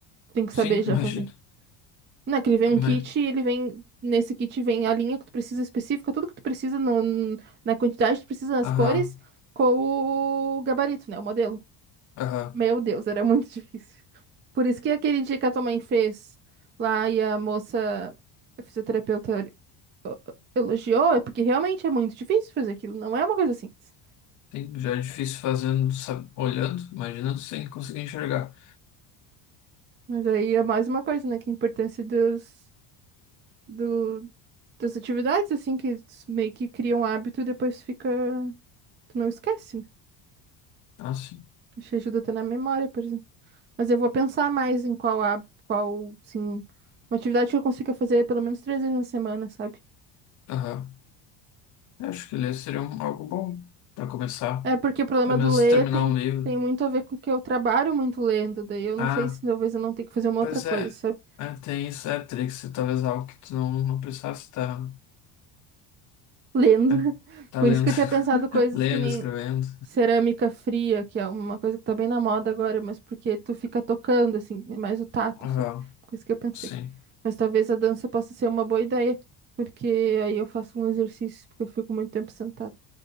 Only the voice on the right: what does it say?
Tem que
saber já
fazer. Não, que ele vem um
kit, ele vem. Nesse kit vem a linha que tu precisa específica, tudo que tu precisa no, na quantidade que tu precisa nas
cores, com o gabarito, né? O modelo.
Meu Deus, era muito <laughs> difícil. Por isso que aquele dia que a tua mãe fez lá e a moça, a fisioterapeuta, eh, elogiou, é porque realmente é muito difícil fazer aquilo, não é uma coisa simples.
Mas aí é mais uma coisa, né? Que a importância dos, do, das atividades, assim, que s- meio que criam hábito e depois fica. Tu não esquece, né?
Te ajuda até na memória, por exemplo. Mas eu vou pensar mais em qual, a, qual, sim, uma atividade que eu consiga fazer pelo menos três vezes na semana, sabe?
É porque o problema
do
ler
tem,
tem muito a ver com que eu trabalho muito lendo, daí eu não
sei se talvez eu não tenha que fazer uma
outra coisa,
sabe?
Lendo.
<laughs>
Por
isso que eu
tinha pensado coisas
que nem
cerâmica fria, que é uma coisa que tá bem na moda agora, mas porque tu fica tocando, assim, é mais o tato,
sabe? Coisa que eu pensei.
Mas talvez a dança possa ser uma boa ideia, porque aí eu faço um exercício, porque eu fico muito tempo sentada.